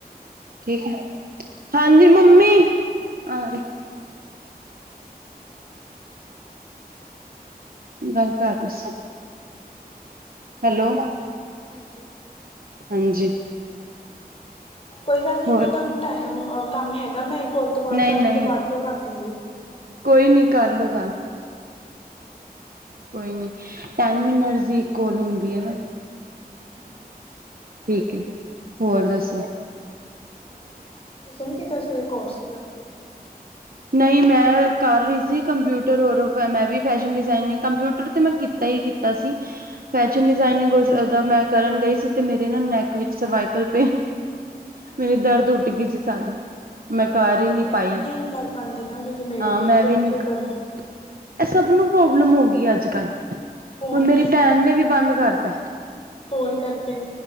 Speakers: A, on the right; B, on the left.
A: ਠੀਕ ਐ। ਹਾਂਜੀ ਮੰਮੀ। ਆਰੀ। ਗਾੱਲ ਕਾਰ ਰੀ ਸੀ। ਹੈਲੋ।
B: ਹਾਂਜੀ।
A: ਹਾਂਜੀ।
B: ਕੋਈ ਗਾੱਲ ਨੀ
A: ਹੋਰ
B: ਅਗਰ ਤੋਨੂੰ ਟਾਓ ਕਾੰਮ ਹੈਗਾ ਮੈਂ ਕੋਲ ਤੋ ਬਾਦ
A: ਨਹੀਂ
B: ਤੋਆਨੂੰ
A: ਨਹੀਂ
B: ਫੇਰ ਬਾਦ ਚੋ ਕਾਰ ਲੂੰਗੀ।
A: ਕੋਈ ਨੀ ਕਾਰਲੋ ਗਾੱਲ।
B: ਹਾਂਜੀ-ਹਾਂਜੀ।
A: <inaudible>
B: <inaudible>
A: ਠੀਕ ਏ ਹੋਰ ਦੱਸੋ।
B: ਬੋਹਤ ਵਦੀਆ ਤੁਸੀ ਨੀ ਕੀਤਾ ਸੀ ਕੋਰਸ ਪਲੱਸ ਟੂ ਤੋ ਬਾਦ।
A: ਨਈ ਮੈਂ ਕਾਰ ਰੀ ਸੀ ਕੰਪਯੁਟਰ ਹੋਰ ਮੈਂ ਵੀ ਫੈਸ਼ਨ ਡਿਜ਼ਾਇਨਿਗ ਕੰਪਯੁਟਰ ਤੇ ਮੈਂ। ਨਈ ਕੀਤਾ ਸੀ
B: ਅੱਛਾ
A: ਫੈਸ਼ਨ
B: ਅੱਛਾ।
A: ਡਿਜ਼ਾਇਨਿਗ ਓਦਾ ਮੈਂ। ਕਰਨ ਗਈ ਸੀ ਤੇ ਮੇਰੇ ਨਾਲ ਨੈਕ ਵਿੱਚ ਸਰਵਾਈਕਲ ਪੇਨ। ਮੇਰੀ ਦਰਦ ਉੱਠ ਗੀ ਸੀ ਸਾਰੀ ਮੈਂ ਕਾਰ ਈ ਨੀ
B: ਮੈਂ
A: ਪਾਈ।
B: ਵੀ <inaudible>
A: ਹਾਂ ਮੈਂ
B: ਇੱਥੇ
A: ਵੀ
B: ਪਿੱਛੇ
A: ਨੀ ਕਰ
B: ਦਰਦ
A: ਐ ਸਭ ਨੂੰ ਪ੍ਰੋਬਲਮ ਹੋ ਗੀ ਐ ਅੱਜ-ਕੱਲ।
B: ਫੋਨ
A: ਹੁਨ ਮੇਰੀ ਪੈਨ ਨੇ ਵੀ ਬਾੰਦ ਕਾਰਤਾ।
B: ਫੋਨ ਕਾਰਕੇ।